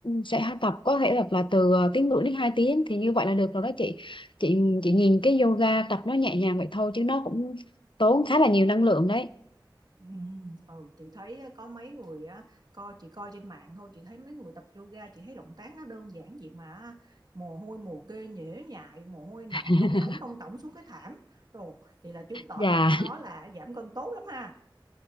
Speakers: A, on the left; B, on the right.
A: sẽ tập có thể tập là từ ờ, tiếng rưỡi đến hai tiếng thì như vậy là được rồi đó chị chị chị nhìn cái yoga tập nó nhẹ nhàng vậy thôi chứ nó cũng tốn khá là nhiều năng lượng đấy
B: ừ, ừ thì thấy có mấy người á coi chị coi trên mạng thôi chị thấy mấy người tập yoga chị thấy động tác nó đơn giản vậy mà mồ hôi mồ kê nhễ nhại mồ hôi nhỏ
A: <laughs>
B: tông tổng tông tổng xuống cái thảm rồi thì là chứng tỏ
A: dạ
B: tập cái đó là giảm cân tốt lắm ha